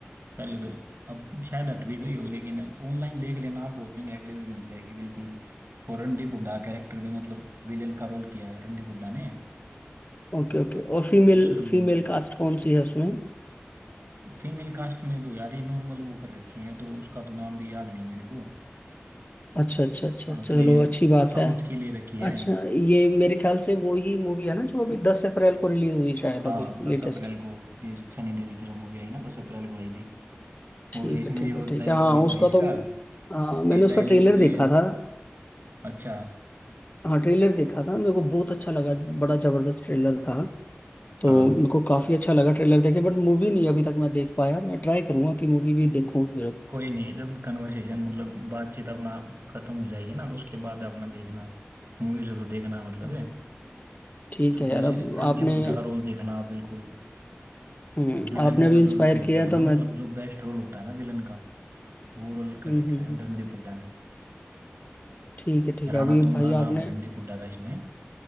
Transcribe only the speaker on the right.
पहले तो अब शायद हट भी गई हो लेकिन ऑनलाइन देख लेना आप बहुत जगह अवेलेबल मिल जाएगी बिल्कुल और रणदीप हुड्डा कैरेक्टर में मतलब विलेन का रोल किया है रणदीप हुड्डा ने
तो
उस रोल
में भी
फीमेल कास्ट में तो यार ये नॉर्मल वो कर रखे हैं तो उसका तो नाम भी याद नहीं मेरे को
हाँ
तो ये
साउथ
की ले रखी है
हाँ
दस
अप्रैल को ये सनी देओल की जो मूवी आई ना दस अप्रैल को आई थी
और इसमें
जो
डायलॉग
भी तो
है इसका
ये
डायलॉग
ये
अच्छा
हाँ
कोई नहीं जब कन्वर्सेशन मतलब बातचीत अपना खत्म हो जाएगी ना तो उसके बाद अपना देखना मूवी जरूर देखना मतलब
है
तो
जैसे
रणदीप
हुड्डा का रोल देखना आप बिल्कुल
विलन
का
जो रोल होता
है
ना
मतलब
जो बेस्ट रोल होता है ना विलन का वो रोल कर
रखा
है रणदीप हुड्डा ने
राणा
तुंगा
नाम
है रणदीप हुड्डा का इसमें